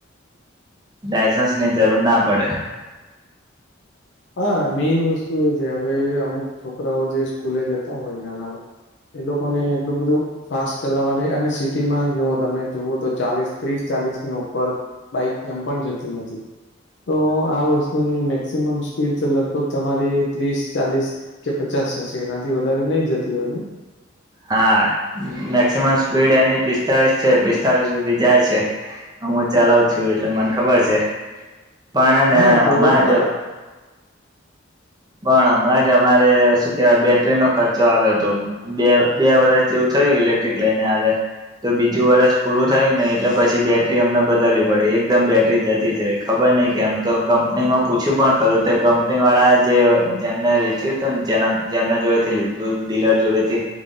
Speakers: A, on the right; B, on the left.
A: ડાયસન્સની જરૂર ના પડે.
B: હા મેન વસ્તુ એ છે. હવે અમુક છોકરાઓ જે સ્કૂલે જતા હોય નાનામાં એ લોકો ને એટલું બધું. ફાસ્ટ ચલાવવાની અને સિટીમાં જો તમે જોવું તો ચાલીસ ત્રીસ ચાલીસની ઉપર. બાઈક એમ પણ જતી નથી, તો આ વસ્તુની મેક્સીમમ સ્પીડ છે. લગભગ તમારી ત્રીસ ચાલીસ કે પચાસ હશે એનાથી વધારે નહી જતી હોય ની,
A: હા મેક્સિમમ સ્પીડ એની પિસ્તાળીસ છે, પિસ્તાળીસ સુધી જાય છે. હું ચલાવ છું એટલે મન ખબર છે પણ
B: હા
A: ને હમાણા
B: તો બરાબર
A: જ પણ હમણાં જ અમારે શું કેવાય બેટરી નો ખર્ચો આવ્યોતો. બે બે વર્ષ જેવું થયું ઇલેક્ટ્રિક લઈને આવ્યા. તો બીજું વરષ પૂરું થયું ને એટલે પછી બેટરી અમને બદલવી પડી એકદમ બેટરી જતી જ રયી. ખબર નઈ કેમ તો કંપનીમાં પૂછ્યું પણ ખરું તે કંપની વાળા. જે જેમને વેચ્યું હતું ને જે જેમને જોડે થી લીધું ડીલર જોડે થી.